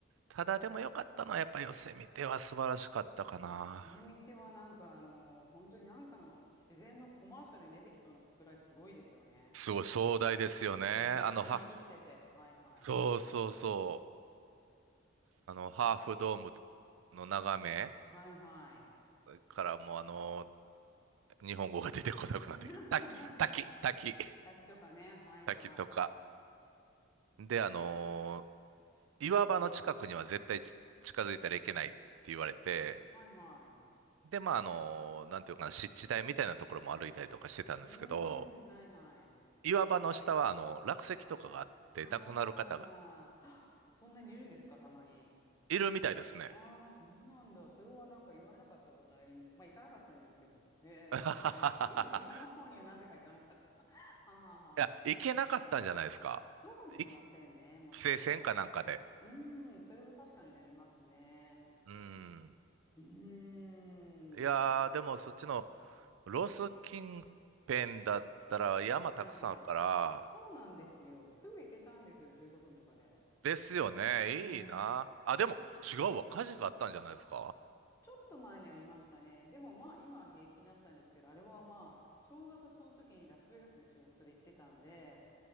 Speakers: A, on the right (about 80°); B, on the left (about 20°).
A: ただでも良かったのはやっぱヨセ見ては素晴らしかったかな。
B: や、セミってはなんかあの、本当になんかの自然のコマーシャルに出てきそうなくらいすごいですよね。
A: すごい壮大ですよね。
B: なんか澄み切ってて。
A: あの、は、
B: はいはい。
A: そうそうそう。あの、ハーフドームの眺め
B: はいはい。
A: からもうあの、日本語が出てこなくなってきた。
B: <laughs>
A: 滝、滝、滝、
B: 滝とかね。はいはい。
A: 滝とか。で、あの、岩場の近くには絶対ち近づいたらいけないって言われて、
B: はいはい。
A: で、まあ、あの、なんていうかな、湿地帯みたいなところも歩いたりとかしてたんですけど、
B: うーん。はいはい。
A: 岩場の下はあの、落石とかがあって亡くなる方が
B: ああ、そんなにいるんですか、たまに。
A: いるみたいですね。
B: ああ、そうなんだ。それはなんか言われなかったんだ、誰にも。まあ、行かなかったんですけど。へえ、
A: <laughs>
B: 今、岩の方にはなぜか行かなかった。<laughs> はあ、
A: いや、行けなかったんじゃないですか。
B: そうかもしれませんね、
A: い規
B: もしかしたら。
A: 制線かなんかで。
B: うーん、それは確かになりますね。
A: うん。
B: うーん、
A: いやー、でもそっちのロス近辺だったら山たくさんあるから、
B: はいはい。そうなんですよ。すぐ行けちゃうんですよ、15分とかで。
A: ですよね。
B: うー
A: いいな。あ、でも違うわ。
B: ん。
A: 火事があったんじゃないですか。
B: ちょっと前にありましたね。でもまあ今は平気になったんですけど、あれはまあ、ちょうど私その時にラスベガスに仕事で行ってたので、